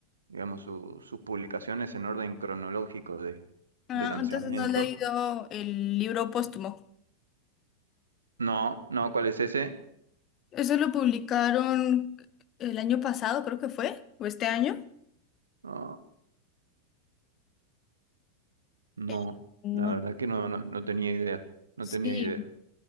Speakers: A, on the right; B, on the left.
A: digamos, su- sus publicaciones en orden cronológico de,
B: Ah,
A: de lanzamiento.
B: entonces no he leído el libro póstumo.
A: No, no, ¿cuál es ese?
B: Eso lo publicaron el año pasado, creo que fue, o este año.
A: No, no,
B: Eh, no.
A: la verdad que no, no, no tenía idea, no
B: Sí,
A: tenía idea.